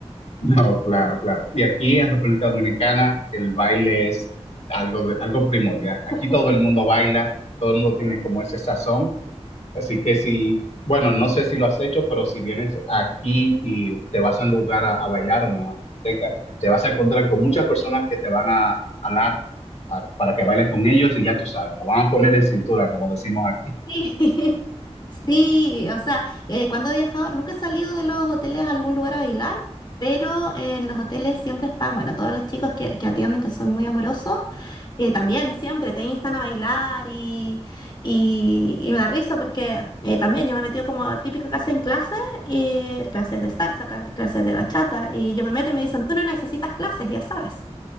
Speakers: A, on the left (about 70°); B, on the left (about 40°).
A: No, <laughs> claro, claro. Y aquí en República Dominicana el baile es algo, de- algo primordial. Aquí
B: <laughs>
A: todo el mundo baila, todo el mundo tiene como ese sazón. Así que si, bueno, no sé si lo has hecho, pero si vienes aquí y te vas a un lugar a, a bailar, a una discoteca, te vas a encontrar con muchas personas que te van a hablar para que bailes con ellos y ya tú sabes, te van a poner en cintura, como decimos aquí.
B: Sí. Sí, o sea, eh, cuando he viajado, nunca he salido de los hoteles a algún lugar a bailar, pero en los hoteles siempre están, bueno, todos los chicos que, que atienden, que son muy amorosos, eh, también siempre te instan a bailar y, y, y me da risa porque eh, también yo me he metido como típico que hacen clases, y clases de salsa, cla- clases de bachata, y yo me meto y me dicen, tú no necesitas clases, ya sabes.